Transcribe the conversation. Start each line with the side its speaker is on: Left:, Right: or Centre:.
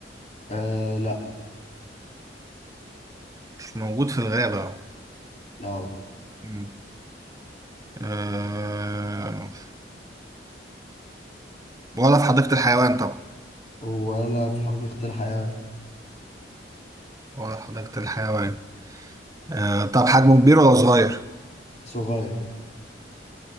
Left: آه لا
Right: مش موجود في الغابة
Left: اه
Right: مم. أه... ولا في حديقة الحيوان طبعا
Left: ولا في حديقة الحياة
Right: ولا في حديقة الحيوان أه... طب حجمه كبير ولا صغير؟
Left: صغير